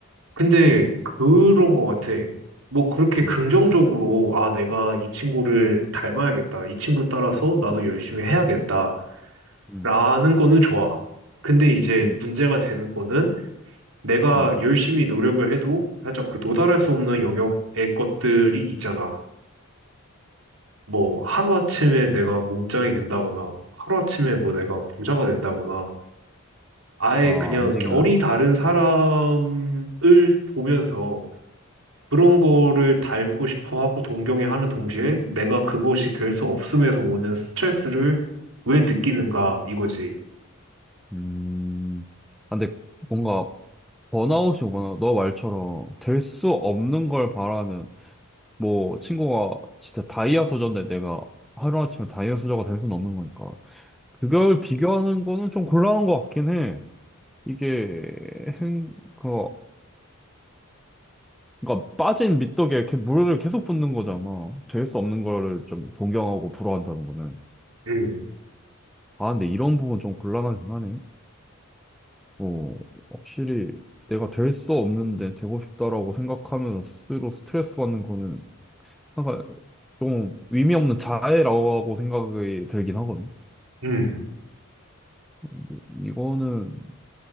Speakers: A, on the right; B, in the centre.
A: 근데 그런 거 같아. 뭐 그렇게 긍정적으로,
B: 음,
A: 아, 내가 이 친구를 닮아야겠다. 이 친구 따라서 나도 열심히 해야겠다.
B: 음,
A: 라는 거는 좋아. 근데 이제
B: 음, 음.
A: 문제가 되는 거는 내가
B: 음,
A: 열심히 노력을 해도 살짝 그 도달할 수 없는 영역의 것들이 있잖아. 뭐 하루아침에 내가 몸짱이 된다거나 하루아침에 뭐 내가 부자가 된다거나 아예
B: 아,
A: 그냥
B: 안 되긴
A: 결이
B: 하지.
A: 다른 사람을 보면서 그런 거를 닮고 싶어 하고 동경해 하는 동시에 내가 그것이 될 수 없음에서 오는 스트레스를 왜 느끼는가 이거지.
B: 음, 아, 근데 뭔가 번아웃이 오거나 너 말처럼 될 수 없는 걸 바라면 뭐 친구가 진짜 다이아 소저인데 내가 하루아침에 다이아 소저가 될 수는 없는 거니까 그걸 비교하는 거는 좀 곤란한 것 같긴 해. 이게 행, 그, 그러니까 빠진 미떡에 이렇게 물을 계속 붓는 거잖아. 될 수 없는 거를 좀 동경하고 부러워한다는 거는.
A: 음,
B: 아, 근데 이런 부분 좀 곤란하긴 하네. 어, 확실히 내가 될 수 없는데 되고 싶다라고 생각하면서 스스로 스트레스 받는 거는 약간 좀 의미 없는 자해라고 생각이 들긴 하거든.
A: 음,
B: 근데 이거는